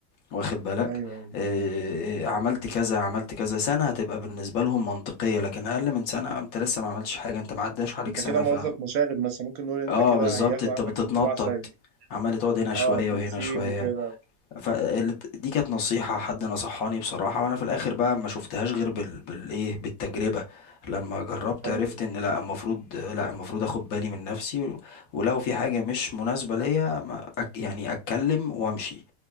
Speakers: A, on the left; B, on the right.
A: واخد بالك
B: ايوه ايوه
A: آه آه، عملت كذا عملت كذا سنة هتبقى بالنسبة لهم منطقية لكن اقل من سنة انت لسه ما عملتش حاجة انت ما عداش عليك
B: انت
A: سنة
B: كده موظف
A: ف
B: مشاغب بس ممكن نقول انت
A: اه
B: كده
A: بالظبط
B: هياخدوا
A: انت
B: عنك
A: بتتنطط
B: انطباع سيء
A: عمال تقعد هنا شوية
B: اه بتسيب
A: وهنا شوية
B: وكده
A: فدي كانت نصيحة حد نصحاني بصراحة وانا في الاخر بقى ما شفتهاش غير بال... بالايه بالتجربة لما جربت
B: حلو
A: عرفت
B: جدا
A: ان لا المفروض لا المفروض اخد بالي من نفسي و... ولو في حاجة مش مناسبة ليا ما أك... يعني اتكلم وامشي